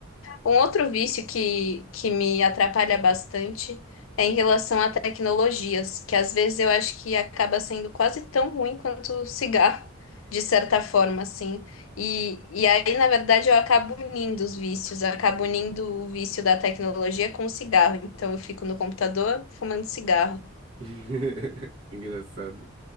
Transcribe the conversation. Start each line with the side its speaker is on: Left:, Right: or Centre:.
Left: Um outro vício que, que me atrapalha bastante é em relação a tecnologias, que às vezes eu acho que acaba sendo quase tão ruim quanto o cigarro, de certa forma, assim. E, e aí, na verdade, eu acabo unindo os vícios, eu acabo unindo o vício da tecnologia com o cigarro. Então, eu fico no computador fumando cigarro.
Right: <laughs> Que Engraçado.